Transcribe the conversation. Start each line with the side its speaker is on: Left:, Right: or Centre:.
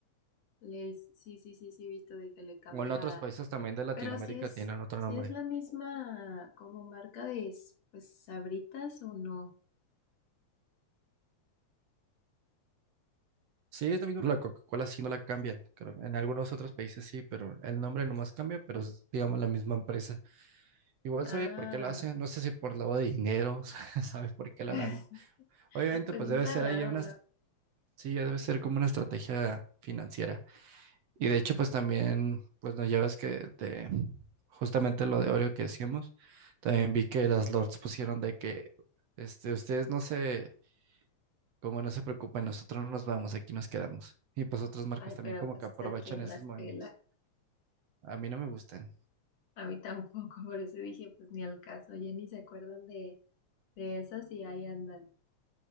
Left: Les... Sí, sí, sí, sí, he visto de que le cambia
Right: O en otros países también de Latinoamérica
Left: Pero si es,
Right: tienen otro
Left: si
Right: nombre.
Left: es la misma como marca de s- pues Sabritas o no.
Right: Sí, es lo mismo que la Coca-Cola, sí no la cambian. creo. En algunos otros países sí, pero el nombre nomás cambia, pero es, digamos, la misma empresa. Igual
Left: Ah,
Right: sabe por qué lo hacen, no sé si por lavado de dinero, <laughs> sabe por qué lo
Left: <laughs>
Right: harán. Obviamente,
Left: pues
Right: pues
Left: sí
Right: debe
Left: está
Right: ser
Left: raro,
Right: ahí una,
Left: ¿no?
Right: est- sí, ya debe ser como una estrategia financiera. Y de hecho, pues también, pues no, ya ves que de, justamente lo de Oreo que decíamos, también vi que las Lords pusieron de que, este, ustedes no se Como no se preocupen, nosotros no nos vamos, aquí nos quedamos. Y pues otras marcas
Left: Ay,
Right: también
Left: pero
Right: como
Left: pues
Right: que aprovechan
Left: es a quién
Right: esos
Left: las
Right: movimientos.
Left: pela.
Right: A mí no me gustan.
Left: A mí tampoco, <laughs> por eso dije, pues ni al caso, ya ni se acuerdan de, de esas y ahí andan.